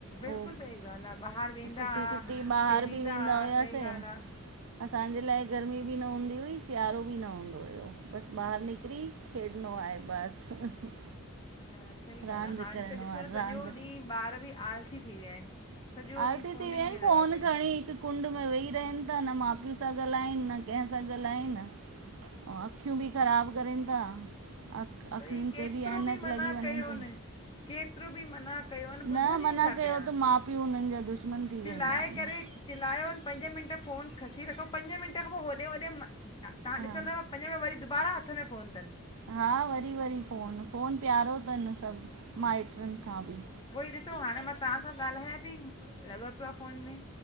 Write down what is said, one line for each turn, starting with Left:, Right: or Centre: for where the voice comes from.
Right: पो
Left: बिल्कुलु सही ॻाल्हि आहे ॿाहिरि वेंदा
Right: सुठी-सुठी
Left: हुआ
Right: ॿाहिरि
Left: खेॾींदा
Right: बि वेंदा
Left: हुआ
Right: हुआसीं।
Left: सही ॻाल्हि आहे
Right: असांजे लाए गर्मी बि न हूंदी हुई, सियारो बि न हूंदो हुयो, बसि ॿाहिरि निकिरी खेॾिणो आहे बसि। <inaudible>
Left: न सही ॻाल्हि
Right: रांदि
Left: आहे, हाणे
Right: करिणो
Left: त ॾिसो
Right: आहे
Left: न सॼो
Right: रांदि
Left: ॾींहुं ॿारु बि आलसी थी विया आहिनि। सॼो ॾींहुं
Right: आलसी
Left: फ़ोनुनि
Right: थी विया
Left: में
Right: आहिनि
Left: लॻा
Right: फ़ोनु
Left: पिया आहिनि
Right: खणी त कुंड में वेही रहनि था न माउ पीउ सां ॻाल्हाइनि न कंहिं सां ॻाल्हाइनि। अखियूं बि ख़राब करीन था। अख-अखियुनि
Left: सही केतिरो
Right: ते बि ऐनक
Left: मना
Right: लॻी वञेनि
Left: कयोनि
Right: थो।
Left: केतिरो बि मना कयूंनि ॿुधनि
Right: न मना
Left: ई नथा
Right: कयो
Left: पिया,
Right: त माउ पीउ हुननि जा दुश्मन थी
Left: चिल्लाए
Right: वेंदा आहिनि
Left: करे चिल्लायोनि, पंज मिंट फ़ोनु खसी रखो, पंजे मिंट खां पोइ होॾे-होॾे तव्हां
Right: हा
Left: ॾिसंदव पंजे मिन्ट में वरी दुबारा हथ में फ़ोनु तनि।
Right: हा वरी-वरी फो़नु, फ़ोनु प्यारो तनि सभु माइट्रनि खां बि।
Left: उहोई ॾिसो हाणे मां तव्हां सां ॻाल्हायां थी, लॻो पियो आहे फ़ोनु में।